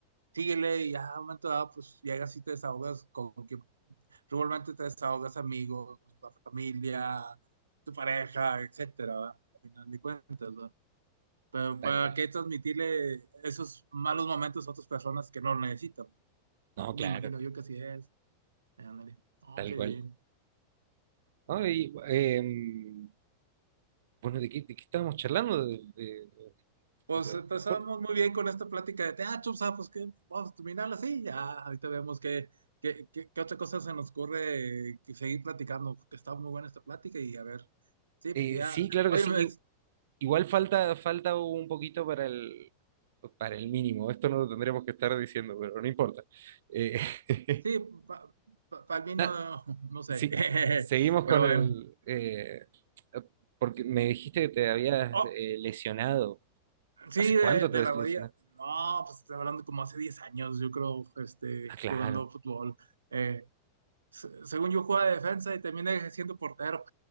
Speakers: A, on the right; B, on the right.
A: síguele y ya, a un momento dado, pues llegas y te desahogas con quien Regularmente te desahogas amigos, la familia, tu pareja, etcétera, ¿verdad? Al final de cuentas, ¿verdad? Pero
B: tal
A: ¿para
B: cual.
A: qué transmitirle esos malos momentos a otras personas que no lo necesitan?
B: No,
A: Me
B: claro,
A: imagino yo que así es. Eh, ándale. Oh,
B: tal
A: qué
B: cual.
A: bien.
B: Ay, em, Bueno, ¿de qué, de qué estábamos charlando? De- de-
A: Pues
B: de- de-
A: empezamos
B: de- por-
A: muy bien con esta plática de teatro, ¿sabes? pues que vamos a terminarla así, ya, ahorita vemos qué, qué, qué, qué otra cosa se nos ocurre que seguir platicando, que está muy buena esta plática y a ver, sí,
B: eh,
A: porque ya,
B: sí, claro
A: oye,
B: que sí.
A: me-
B: I- Igual falta, falta un poquito para el, para el mínimo. Esto no lo tendremos que estar diciendo, pero no importa. Eh, <laughs>
A: Sí, para el vino,
B: na-
A: no no sé,
B: sí,
A: <laughs>
B: seguimos
A: pero
B: con
A: bueno.
B: el... eh, porque me dijiste que te habías
A: Oh,
B: eh, lesionado.
A: sí,
B: ¿Hace
A: de,
B: cuánto
A: de
B: te lesionaste?
A: la rodilla. No, pues estoy hablando como hace 10 años, yo creo, este,
B: Ah, claro.
A: jugando fútbol. Eh, se- según yo jugaba de defensa y terminé siendo portero.